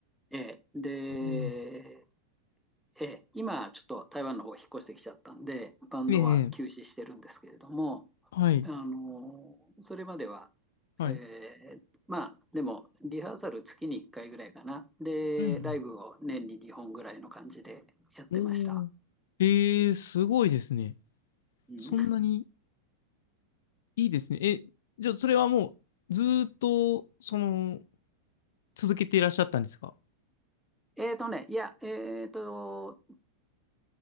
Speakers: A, in the centre; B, on the left.
A: えーで、
B: おー
A: えー今ちょっと台湾の方引っ越してきちゃったんで、バンドは休止してるんですけれども、
B: ええ、はい、
A: あの、それまでは、
B: はい。
A: えーまあ、でも、リハーサル月に1回ぐらいかな。で、
B: うん、
A: ライブを年に2本ぐらいの感じでやってました。
B: うん。おー、ええ、すごいですね。
A: うん
B: そんなにいいですね。え、じゃあそれはもうずーっと、その、続けていらっしゃったんですか
A: えーとね、いや、えーと、